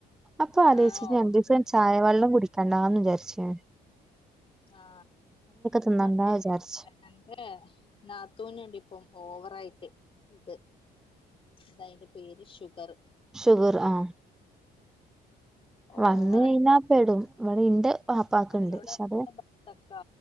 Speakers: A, in the centre; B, on the left (about 30°).
A: അപ്പൊ അത്ച്ചട്ട്
B: ആഹ് ഓക്ക്
A: എ ചായ വെള്ളം കുടിക്കാണ്ടാന്ന് വിചാരിച്ചു അ
B: ആ
A: തിന്നണ്ടാ
B: മറ്റേ
A: വിചാരിച്ചു
B: എന്റെ നാത്തൂനിണ്ടിപ്പം ഓവറായിട്ട് ഇത് എന്താ അതിന്റെ പേര് ഷുഗർ
A: ഷുഗർ ആ
B: ഓവറായിട്ട്
A: വന്ന് കഴിഞ്ഞാ പെടും ഇവിടെ ഇന്റെ വാപ്പാക്ക്ണ്ട്
B: അവരോട്
A: പക്ഷെ
B: <unintelligible>
A: അത്
B: ബത്തക്ക